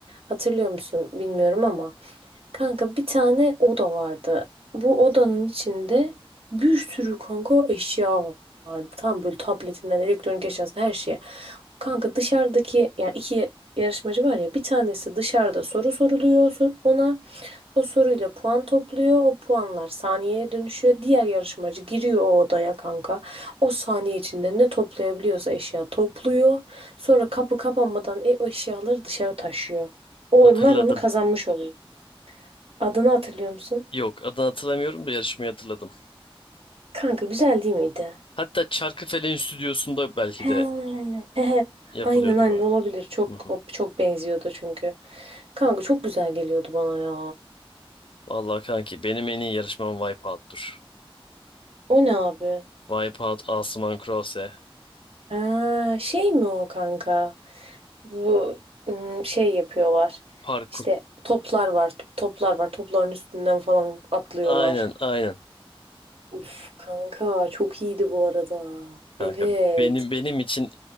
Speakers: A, on the right (about 75°); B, on the left (about 65°).
A: Hatırlıyor musun bilmiyorum ama. Kanka bir tane oda vardı. Bu odanın içinde bir sürü kanka eşya vardı. Tam böyle tabletinden elektronik eşyasına her şeye. Kanka dışarıdaki yani iki yarışmacı var ya bir tanesi dışarıda soru soruluyor sor- ona. O soruyla puan topluyor. O puanlar saniyeye dönüşüyor. Diğer yarışmacı giriyor o odaya kanka. O saniye içinde ne toplayabiliyorsa eşya topluyor. Sonra kapı kapanmadan e- o eşyaları dışarı taşıyor. Onlar
B: hatırladım.
A: onu kazanmış oluyor. Adını hatırlıyor musun?
B: Yok adını hatırlamıyorum da yarışmayı hatırladım.
A: Kanka güzel değil miydi?
B: Hatta Çarkıfelek'in stüdyosunda belki
A: He,
B: de
A: he, he.
B: yapılıyordur
A: Aynen aynen
B: o.
A: olabilir. Çok
B: Hı hı.
A: o- çok benziyordu çünkü. Kanka çok güzel geliyordu bana ya.
B: Vallahi kanki benim en iyi yarışmam Wipeout'tur.
A: O ne abi?
B: Wipeout, Asuman Krause,
A: Ha, şey mi o kanka? Bu ım, şey yapıyorlar.
B: parkur.
A: İşte toplar var. Toplar var. Topların üstünden falan atlıyorlar.
B: Aynen aynen
A: Uf kanka çok iyiydi bu arada.
B: kanka.
A: Evet.
B: Benim benim için